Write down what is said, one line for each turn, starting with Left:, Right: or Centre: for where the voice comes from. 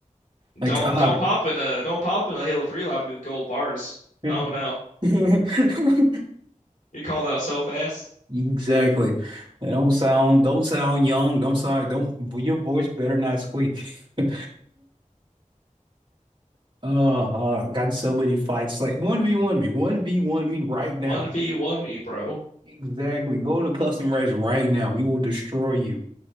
Right: Like
Left: Don't
Right: ah.
Left: don't pop in a don't pop in a Halo 3 lobby with gold bars.
Right: yeah.
Left: Oh no.
Right: <laughs>
Left: You called out so fast.
Right: Exactly. Don't sound don't sound young. Don't sound don't your voice better not squeak. <laughs> Oh, uh, got in so many fights. Like 1v1 me, 1v1 me right now.
Left: 1v1 me, bro.
Right: Exactly. Go to custom race right now. We will destroy you.